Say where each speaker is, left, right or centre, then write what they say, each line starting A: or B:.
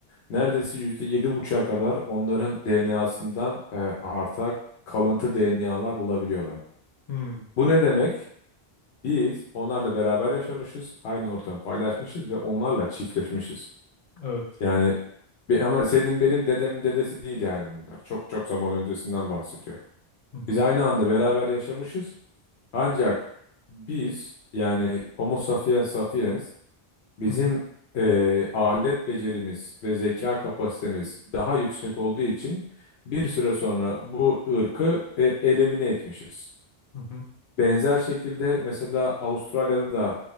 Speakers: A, on the left; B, on the left.
A: neredeyse %7,5'a kadar onların DNA'sından e, arta kalıntı DNA'lar bulabiliyorlar.
B: hı hı.
A: Bu ne demek? Biz onlarla beraber yaşamışız, aynı ortamı paylaşmışız ve onlarla çiftleşmişiz.
B: Evet.
A: Yani bir, ama senin benim dedemin dedesi değil yani bunlar. Çok çok zaman öncesinden bahsediyorum.
B: Hı hı
A: Biz aynı anda beraber yaşamışız. Ancak biz yani Homo sapiens sapiens bizim
B: hı hı
A: eee, alet becerimiz ve zeka kapasitemiz daha yüksek olduğu için bir süre sonra bu ırkı e, elimine etmişiz.
B: hı hı
A: Benzer şekilde mesela Avustralya'da da